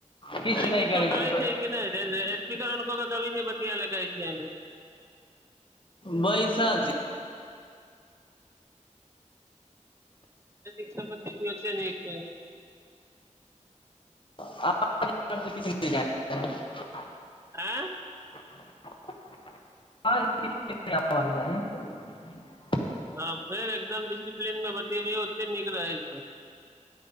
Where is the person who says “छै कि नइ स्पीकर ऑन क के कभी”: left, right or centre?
Right